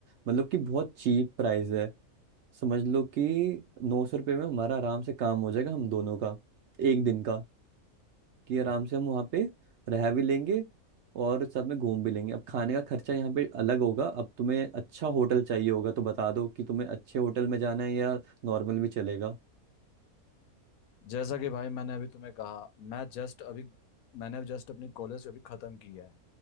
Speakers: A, on the right; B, on the left.
A: मतलब कि बहुत चीप प्राइस है समझ लो कि नौ सौ रुपये में हमारा आराम से काम हो जाएगा हम दोनों का एक दिन का कि आराम से हम वहाँ पे रह भी लेंगे और सब में घूम भी लेंगे अब खाने का खर्चा यहाँ पे अलग होगा अब तुम्हें अच्छा होटल चाहिए होगा तो बता दो कि तुम्हें अच्छे होटल में जाना है या नॉर्मल भी चलेगा
B: जैसा कि भाई मैंने अभी तुम्हें कहा मैं जस्ट अभी मैंने जस्ट अपनी कॉलेज अभी खत्म की है